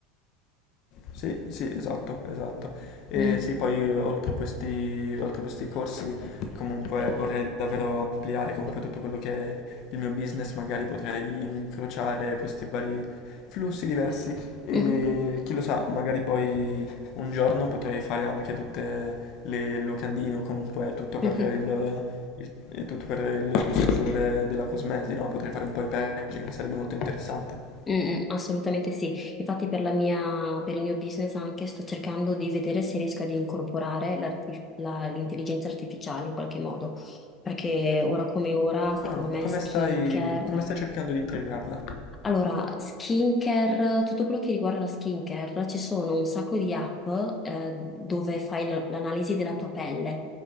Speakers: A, on the left; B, on the left.
A: Sì, sì, esatto, esatto. E
B: Mm,
A: sì, poi oltre questi, oltre questi corsi comunque vorrei davvero ampliare comunque tutto quello che è il mio business, magari potrei incrociare questi vari flussi diversi e
B: mhm,
A: chi lo sa, magari poi un giorno potrei fare anche tutte le locandine o comunque tutto per
B: mhm,
A: il, il- eh, tutto per il tuo settore della cosmesi, no? Potrei fare un po' di packaging, sarebbe molto interessante.
B: mm, mm, assolutamente sì. Infatti per la mia- per il mio business anche sto cercando di vedere se riesco ad incorporare l'arti- la- l'intelligenza artificiale in qualche modo, perché ora come ora, secondo
A: Ah,
B: me,
A: come
B: skincare
A: stai, come stai cercando di integrarla?
B: Allora, skincare, tutto quello che riguarda la skincare, ci sono un sacco di app eh, dove fai l- l'analisi della tua pelle